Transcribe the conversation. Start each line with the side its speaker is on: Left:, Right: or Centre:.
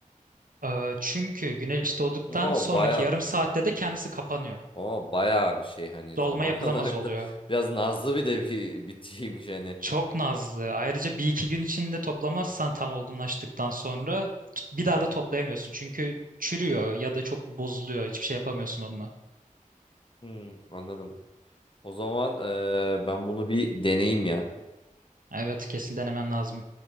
Right: Aa, çünkü güneş doğduktan
Left: O
Right: sonraki
Left: bayağı
Right: yarım saatte
Left: hani
Right: de kendisi kapanıyor.
Left: o bayağı şey hani
Right: Dolma
Left: zaman
Right: yapılamaz
Left: <laughs> olarak
Right: oluyor.
Left: da biraz nazlı bir de bir bitiymiş hani.
Right: Çok nazlı. Ayrıca bir iki gün içinde toplamazsan tam olgunlaştıktan sonra t- bir daha da toplayamıyorsun. Çünkü çürüyor ya da çok bozuluyor. Hiçbir şey yapamıyorsun onunla.
Left: Hmm, anladım. O zaman e, ben bunu bir deneyeyim ya.
Right: Evet kesin denemen lazım.